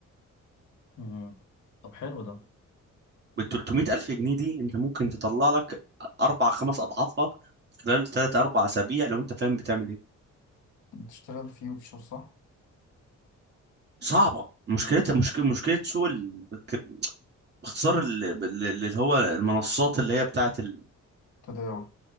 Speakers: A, on the left; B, on the right.
A: مم. طب حلو ده
B: بال 300 ألف جنيه دي أنت ممكن تطلع لك أربع خمس أضعافها خلال تلات أربع أسابيع لو أنت فاهم بتعمل إيه
A: بتشتغل فيوتشر صح؟
B: صعبة مشكلة مشكلة مشكلة سوق ال... ك- باختصار ال- ال- اللي هو المنصات اللي هي بتاعة ال-
A: تداول